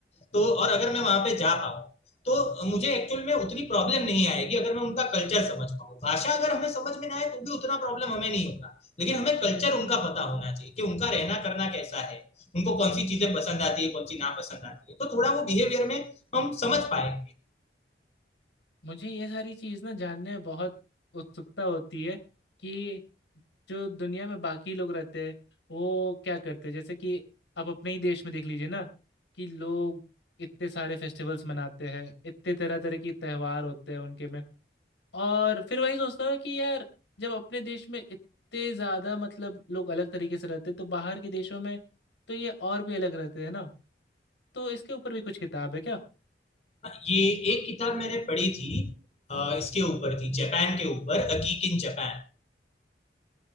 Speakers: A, on the left; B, on the left.
A: तो और अगर मैं वहां पे जा पाऊँ तो मुझे एक्चुअल में उतनी प्रॉब्लम नहीं आएगी अगर मैं उनका कल्चर समझ पाऊँ भाषा अगर हमें समझ में ना आए तो भी उतना प्रॉब्लम हमें नहीं होगा लेकिन हमें कल्चर उनका पता होना चाहिए कि उनका रहना करना कैसा है उनको कौन सी चीजें पसंद आती है कौन सी ना पसंद आती है तो थोड़ा वो बिहेवियर में हम समझ पाएंगे
B: मुझे ये सारी चीज़ ना जानने में बहुत उत्सुकता होती है कि जो दुनिया में बाकी लोग रहते हैं वो क्या करते हैं जैसे कि आप अपने ही देश में देख लीजिए ना कि लोग इतने सारे फेस्टिवल्स मनाते हैं इतने तरह तरह के त्यौहार होते हैं उनके में और फिर वही सोचता हूँ कि यार जब अपने देश में इतने ज़्यादा मतलब लोग अलग तरीके से रहते हैं तो बाहर के देशों में तो ये और भी अलग रहते हैं ना तो इसके ऊपर भी कुछ किताब है क्या
A: हाँ, ये एक किताब मैंने पढ़ी थी इसके ऊपर थी जापान के ऊपर uh geek in Japan